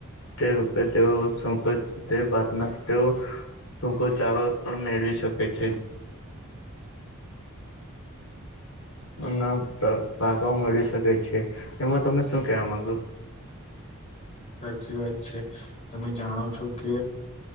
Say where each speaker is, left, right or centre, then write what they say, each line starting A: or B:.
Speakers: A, on the left; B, on the left.
A: તે રૂપે તેઓ. શકોચ તે બાતમાં તેઓ સુકોચારો પણ મેળવી શકે છે. જેના પાકાઓ મળી શકે છે, એમાં તમે શું કેવા માંગો?
B: હાચી વાત છે, તમે જાણો છો કે?